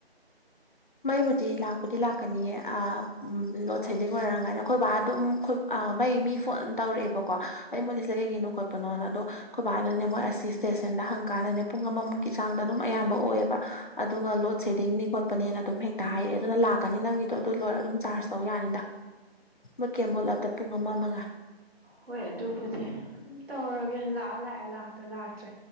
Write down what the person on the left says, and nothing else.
ꯃꯩꯕꯨꯗꯤ ꯂꯥꯛꯄꯨꯗꯤ ꯂꯥꯛꯀꯅꯤꯌꯦ ꯑꯥ ꯂꯣꯗ ꯁꯦꯗꯤꯡ ꯑꯣꯏꯔꯝꯒꯅꯤ ꯑꯩꯈꯣꯏ ꯕꯥ ꯑꯗꯨꯝ ꯑ ꯃꯩ ꯃꯤ ꯐꯣꯟ ꯇꯧꯔꯛꯑꯦꯕꯀꯣ ꯃꯩ ꯃꯨꯂꯤꯁꯤ ꯀꯩꯒꯤꯅꯣ ꯈꯣꯠꯄꯅꯣꯅ ꯑꯗꯣ ꯈꯣꯏꯕꯥꯅꯅꯦ ꯃꯣꯏ ꯑꯁꯤ ꯁ꯭ꯇꯦꯁꯟ ꯗ ꯍꯪꯀꯥꯟꯗꯅꯦ ꯄꯨꯡ ꯑꯃꯃꯨꯛꯀꯤ ꯆꯥꯡꯗ ꯑꯗꯨꯝ ꯑꯌꯥꯝꯕ ꯑꯣꯏꯑꯦꯕ ꯑꯗꯨꯒ ꯂꯣꯗ ꯁꯦꯗꯤꯡꯅꯤ ꯈꯣꯠꯄꯅꯦꯅ ꯑꯗꯨꯝ ꯍꯦꯛꯇ ꯍꯥꯏꯔꯛꯑꯦ ꯑꯗꯨꯅ ꯂꯥꯛꯀꯅꯤ ꯅꯪꯒꯤꯗꯣ ꯑꯗꯨ ꯂꯣꯏꯔ ꯑꯗꯨꯝ ꯆꯥꯔꯖ ꯇꯧ ꯌꯥꯅꯤꯗ ꯃꯨꯠꯀꯦ ꯃꯨꯠꯂꯕꯗ ꯄꯨꯡ ꯑꯃ ꯃꯉꯥꯏ